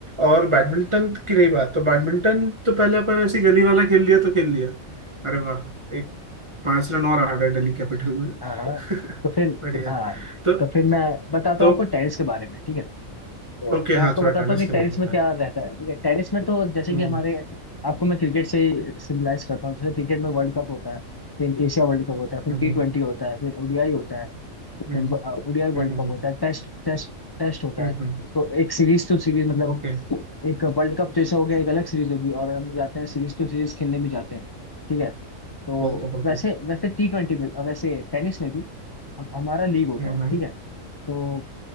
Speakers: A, on the right (about 20°); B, on the left (about 25°).
A: और बैडमिंटन की रही बात तो बैडमिंटन तो पहले अपन ऐसी गली वाला खेल लिया तो खेल लिया अरे वाह एक पांच रन और आ गए दिल्ली कैपिटल में
B: हाँ हाँ
A: <laughs>
B: तो फिर
A: बढ़िया
B: हाँ
A: तो
B: तो फिर मैं बताता
A: तो
B: हूँ आपको टेनिस के बारे में ठीक है तो
A: ओके
B: मैं आपको
A: हाँ थोड़ा
B: बताता
A: टेनिस
B: हूँ कि
A: के
B: टेनिस
A: बारे में बता
B: में क्या रहता है ठीक है टेनिस में तो जैसे
A: हम्म
B: कि हमारे आपको मैं क्रिकेट से ही सिम्बलाइज करता हूँ जैसे क्रिकेट में वर्ल्ड कप होता है फिर एशिया वर्ल्ड कप होता है फिर
A: हम्म
B: टी ट्वेंटी होता है फिर ओडीआई होता है
A: हम्म
B: फिर ओडीआई वर्ल्ड
A: हम्म
B: कप होता है टेस्ट टेस्ट टेस्ट होता
A: हम्म
B: है तो एक सीरीज टू सीरीज मतलब
A: ओके
B: एक वर्ल्ड कप जैसे हो गया एक अलग सीरीज होगी और हम जाते हैं सीरीज टू सीरीज खेलने भी जाते हैं ठीक है तो
A: बिल्कुल बिल्कुल
B: वैसे वैसे टी ट्वेंटी में वैसे टेनिस में भी हम, हमारा लीग होता
A: हम्म
B: है ठीक है तो